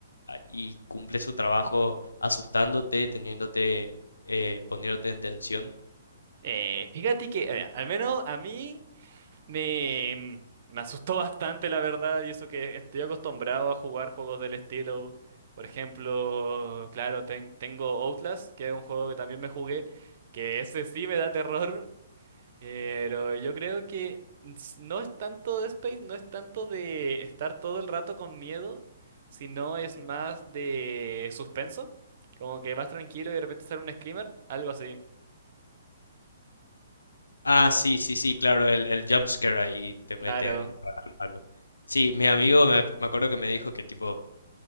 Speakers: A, on the left; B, on the right.
A: ah, y cumple su trabajo asustándote, teniéndote, eh, poniéndote en tensión.
B: Eh, fíjate que, eh, al menos a mí me, mm, me asustó bastante, la verdad, y eso que estoy acostumbrado a jugar juegos del estilo. Por ejemplo, claro, ten- tengo Outlast, que es un juego que también me jugué, que ese sí me da terror Pero yo creo que s- no es tanto de Space, no es tanto de estar todo el rato con miedo, sino es más de suspenso. Como que vas tranquilo y de repente sale un screamer, algo así.
A: Ah, sí, sí, sí, claro, el, el jump scare ahí te
B: Claro.
A: meten al palo. Sí, mi amigo me, me acuerdo que me dijo que tipo,